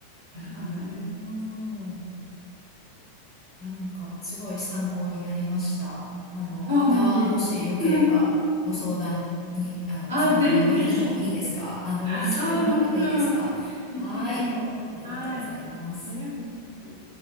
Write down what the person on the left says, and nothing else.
なるほど。いや、なんか、すごい参考になりました。あの、
また、
もしよければ、
ご相談に、あの、
相談に乗ってもいいですかあの、
乗らせてもらってもいいですかはい。
ありがとうございます。